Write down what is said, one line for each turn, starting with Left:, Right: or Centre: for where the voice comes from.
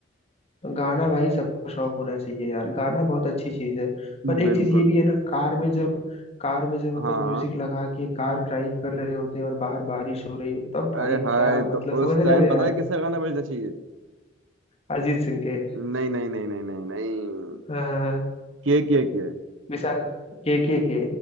Left: तो गाना भाई सबको शौक होना चाहिए यार गाना बहुत अच्छी चीज है पर एक
Right: बिल्कुल
Left: चीज ये भी है ना कार में जब कार में जब अपन
Right: हाँ
Left: म्यूजिक लगा के कार ड्राइव कर रहे होते हैं और बाहर बारिश हो रही हो तब
Right: अरे
Left: भाई
Right: हाय
Left: क्या
Right: तो
Left: मतलब समझ
Right: उस
Left: रहे
Right: टाइम
Left: हो यार
Right: पता है किसका गाना बजना चाहिए
Left: अरिजीत सिंह के
Right: नहीं नहीं नहीं नहीं नहीं नहीं
Left: हाँ हाँ हाँ, हाँ।
Right: के के के
Left: विशाल के के के